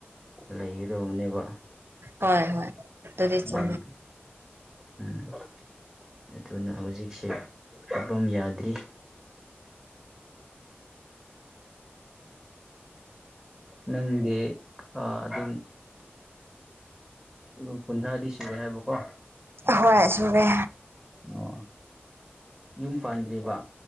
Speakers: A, in the centre; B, on the right (about 65°).
A: ꯂꯩꯒꯗꯧꯕꯅꯦꯕ
B: ꯍꯣꯏ ꯍꯣꯏ ꯇꯗꯤ
A: ꯑꯗꯨꯝ
B: ꯆꯦ
A: ꯎꯝ ꯑꯗꯨꯅ ꯍꯧꯖꯤꯛꯁꯦ ꯐꯤꯕꯝ ꯌꯥꯗ꯭ꯔꯤ <inaudible> ꯅꯪꯗꯤ ꯑꯗꯨꯝ ꯎ ꯀꯨꯟꯊ꯭ꯔꯥꯗꯤ ꯁꯨꯔꯦ ꯍꯥꯏꯕꯀꯣ
B: ꯍꯣꯏꯁꯨꯒꯦ
A: ꯑꯣ ꯌꯨꯝ ꯄꯥꯟꯗ꯭ꯦꯔꯤꯕ